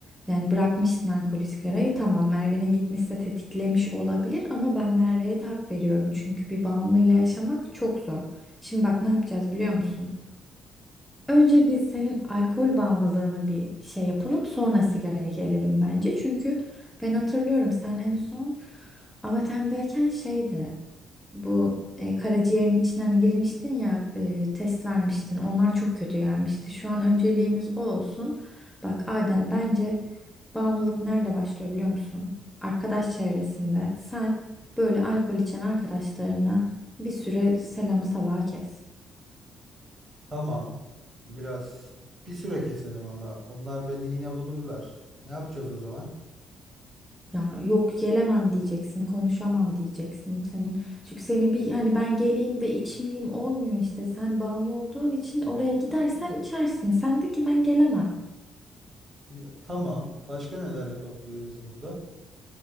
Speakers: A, in the centre; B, on the right.
A: yani bırakmışsın alkolü sigarayı tamam Merve'nin gitmesi de tetiklemiş olabilir ama ben Merve'ye de hak veriyorum. Çünkü bir bağımlıyla yaşamak çok zor. Şimdi bak ne yapacağız biliyor musun? Önce biz senin alkol bağımlılığını bir şey yapalım sonra sigaraya gelelim bence. Çünkü ben hatırlıyorum sen en son Amatem'deyken şeydi. Bu e, karaciğerin içine hani girmiştin ya e, test vermiştin. Onlar çok kötü gelmişti. Şu an önceliğimiz o olsun. Bak Adem bence bağımlılık nerede başlıyor biliyor musun? Arkadaş çevresinde. Sen böyle alkol içen arkadaşlarına bir süre selamı sabaha kes.
B: Tamam biraz bir süre keserim ama onlar beni yine bulurlar. Ne yapacağız o zaman?
A: Ya yok gelemem diyeceksin, konuşamam diyeceksin. Senin çünkü seni bir hani ben geleyim de içmeyeyim olmuyor işte. Sen bağımlı olduğun için oraya gidersen içersin. Sen de ki ben gelemem.
B: Bir, tamam. Başka neler yapabiliriz burada?